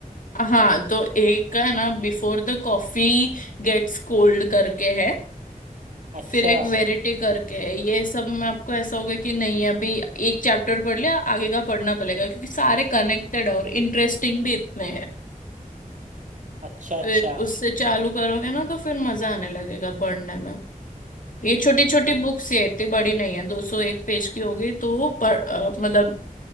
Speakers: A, on the left; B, on the right.
A: हाँ तो एक है ना before the coffee gets cold करके है
B: अच्छा
A: फिर एक वेरिटी करके है। ये सब में आपको ऐसा होगा कि नहीं अभी एक चैप्टर पढ़ लिया आगे का पढ़ना पड़ेगा क्योंकि सारे कनेक्टेड और इंटरेस्टिंग भी इतने हैं
B: अच्छा अच्छा
A: फिर उससे चालू करोगे ना तो फिर मजा आने लगेगा पढ़ने में ये छोटी छोटी बुक्स ये इतनी बड़ी नहीं है दो सौ एक पेज की होगी तो वो पढ़ अ, मतलब